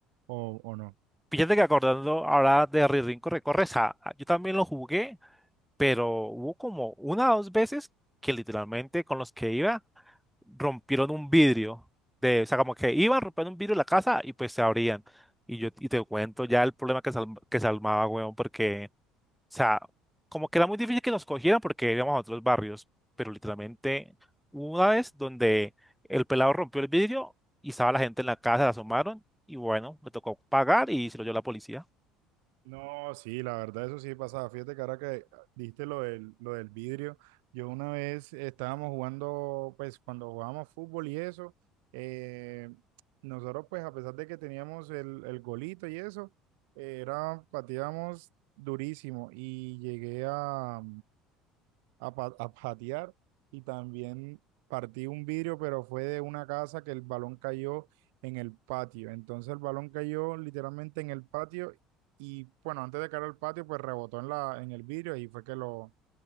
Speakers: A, on the right; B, in the centre.
A: o o no.
B: Fíjate que acordando ahora de Rirrín Corre Corre, esa- yo también lo jugué, pero hubo como una o dos veces que literalmente con los que iba rompieron un vidrio de, o sea, como que iban rompiendo un vidrio de la casa y pues se abrían. Y yo y te cuento ya el problema que se, alm- que se armaba, weón, porque, o sea, como que era muy difícil que nos cogieran porque íbamos a otros barrios, pero literalmente hubo una vez donde el pelado rompió el vidrio y estaba la gente en la casa, la asomaron y bueno, le tocó pagar y se lo dio la policía.
A: No, sí, la verdad, eso sí pasaba. Fíjate que ahora que dijiste lo del, lo del vidrio, yo una vez estábamos jugando, pues cuando jugábamos fútbol y eso, eh, nosotros pues a pesar de que teníamos el, el golito y eso, eh, era, pateábamos durísimo y llegué a, a, pa- a patear y también partí un vidrio, pero fue de una casa que el balón cayó en el patio. Entonces el balón cayó literalmente en el patio y bueno, antes de caer al patio, pues rebotó en la, en el vidrio y fue que lo,